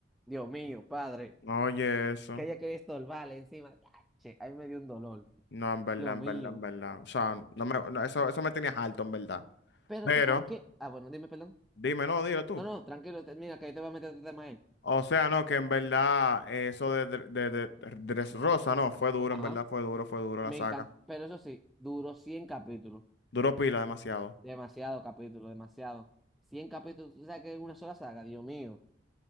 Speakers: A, in the centre; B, on the left (about 65°).
A: Dios mío, padre,
B: Oye, eso.
A: que ella quería estorbarle encima. ya, che, a mí me dio un dolor.
B: No, en verdad,
A: Dios
B: en
A: mío.
B: verdad, en verdad. O sea, no me, no, eso, eso me tenía alto, en verdad.
A: Pero
B: Pero,
A: tú sabes que. Ah, bueno, dime, perdón.
B: dime, no, dilo tú.
A: No, no, tranquilo, termina, que yo te voy a meter otro tema ahí.
B: O sea, no, que en verdad eso de, de, de, de Dressrosa, no, fue duro,
A: Ajá.
B: en verdad, fue duro, fue duro la
A: Me
B: saga.
A: encanta, pero eso sí, duró 100 capítulos.
B: Duró pila demasiado.
A: Demasiado capítulo, demasiado. cien capítulos, tú sabes que es una sola saga, Dios mío.